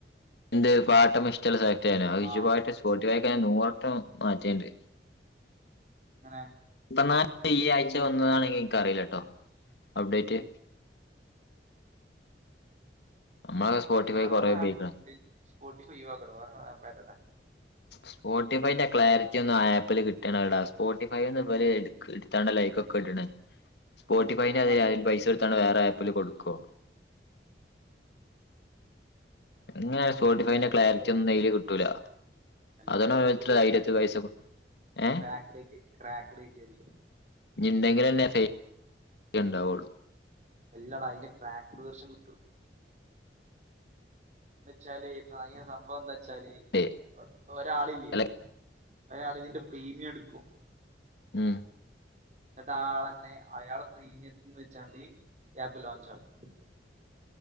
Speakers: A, on the left; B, on the right.
A: എന്ത് പാട്ടം ഇഷ്ടമില്ലായിട്ടാണോ സെലക്ട് ചെയ്യാണ്
B: ആഹ്
A: വിമായിട്ട് സോട്ടിഫൈ
B: ആഹ്
A: നൂറോം മാറ്റിയുണ്ട്
B: എങ്ങനെ
A: ഇപ്പം നാട്ടി ഈ ആഴ്ച വന്നതാണെങ്കിൽ എനിക്ക് അറിയില്ലട്ടോ അപ്ഡേറ്റ് നമ്മളൊക്കെ സ്പോട്ടിഫൈ
B: വേറെ
A: കൊറേ
B: കുറെ
A: ഉപയോഗിക്കണ്
B: ആപ്പ് ഉണ്ട് സ്പോട്ടിഫൈ ഒഴിവാക്കട്ടെ വേറെ ആപ്പ് കേറ്റട്ടേ
A: സ്പോട്ടിഫൈന്റെ ക്ലാരിറ്റി എനിക്കത്തൊന്നു ആപ്പില് കിട്ടവിട സ്പോട്ടിഫൈന്ന് ബല് എടുത്താണ്ട ലൈക്ക ക്കെ ഇിട്ണ് സ്പോട്ടിഫൈെ
B: ശരിയാണ് അതാണ്
A: അതി അതി
B: എനിക്ക്
A: പൈസ എടുത്താണ്ട് വേറെ ആപ്പിൽ കൊടുക്കോ ങ്ങനെ ഒരു സ്പോട്ടിഫൈന്റെ
B: ക്ലാരിറ്റി
A: ക്ലാരിറ്റൊ
B: ആയാലും
A: ന്നും മയ്യില് കിട്ടൂല
B: അല്ല
A: അതാണ്
B: ഞാൻ സ്പോട്ടിഫൈ
A: ഇത്ര ആയിരത്തി വയസ കൊടുും ഏഹ്
B: ക്രാക്ക് റേറ്റ് ക്രാക്ക് റേറ്റ് ആയി
A: ഇടങ്കിൽ അല്ലെ സേഫ് <unintelligible>
B: എല്ലടാ അതിന്റെ ക്രാക്ടർ ദർഷം കിട്ടു എന്നച്ചല് ഭയങ്കര സംഭവം എന്താ ച്ചാല്
A: ഏയ്
B: ഒരാളില്ലേ
A: അല്ല
B: ഒരാള് തിന്റെ പ്രീമിയം എട്ക്കും
A: ഉം
B: ന്നിട്ട് ആളന്നെ അയാള് പ്രീമിയത്തിന്ന് വെച്ചാണ്ട ക്യാബ് ലോഞ്ച് ആകും